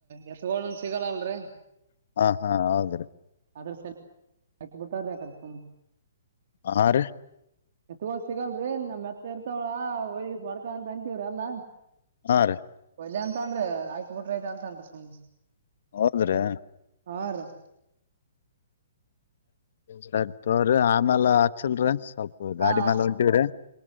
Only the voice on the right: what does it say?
ಎತ್ಗ ಒಂದ ಸಿಗಲ್ಲ ಅಲ್ರರಿ.
ಅದ್ರ ಸ ಹಾಕಿಬಿಟ್ಟಾರ್ರ ಯ್ರ ಸು
ಎತ್ಗೋದ ಸಿಗಲ್ರಿ ನಮ್ ಎತ್ತ ಇರ್ತಾವಳ ಒಯ ಬಡ್ಕ ಅಂತ ಅಂತೀವ್ರಿ ಎಲ್ಲಾ.
ಎಲ್ಲ ಅಂತನ್ ಆಯಕ್ ಬಿಟ್ರ ಐತೆತ ಅಂತನ್ ಸುಮ್.
ಹ ರ್ರೀ <unintelligible>
ಹಾ